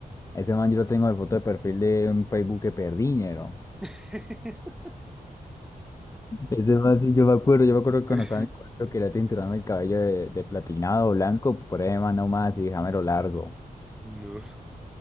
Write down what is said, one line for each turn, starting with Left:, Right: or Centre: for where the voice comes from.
Left: ese man yo lo tengo de foto de perfil de un Facebook que perdí, ñero.
Centre: <laughs>
Left: Ese man, sí, yo me acuerdo, yo me acuerdo
Centre: Uh,
Left: que
Centre: <laughs>
Left: cuando estaba en el colegio quería tinturarme el cabello de, de platinado blanco, por ahí man nomás y dejámelo largo.
Centre: No,